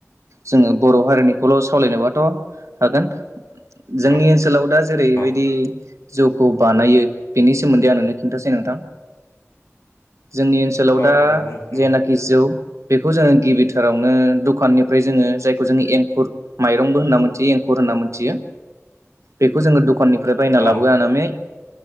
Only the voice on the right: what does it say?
जोङो बर हारिनिखौल' सावलायनोबाथ हागोन जोंनि
ओनसोलाव दा जेरैबायदि
जौखौ बानायो बेनि सोमोन्दै आं नोंनो खिन्थासै नोंथां। जोंनि ओनसोलाव
दा
जेनाखि जौ बेखौ जोङो गिबिथारावनो दखाननिफ्राय जोङो जायखौ जोङो एंखुर माइरंबो होनना मोनथियो एंखुर होनना मोनथियो बेखौ जोङो दखाननि फ्राय बायना
लाबोनानै